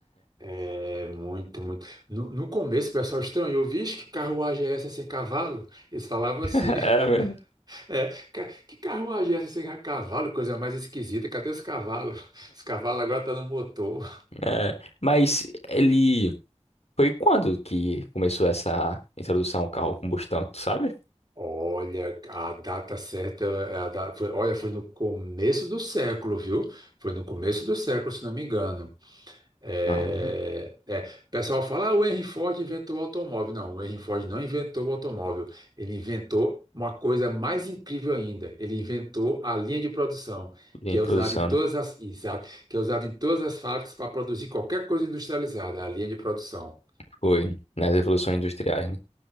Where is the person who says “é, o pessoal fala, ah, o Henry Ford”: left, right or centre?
Right